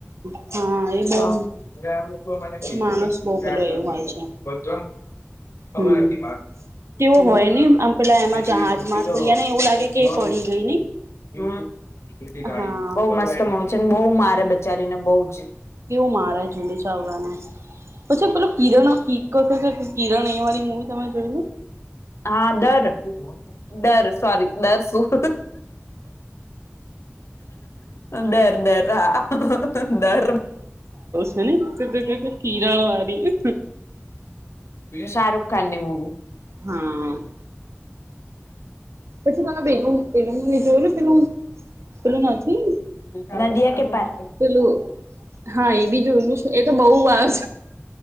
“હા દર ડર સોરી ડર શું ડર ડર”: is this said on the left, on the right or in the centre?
Left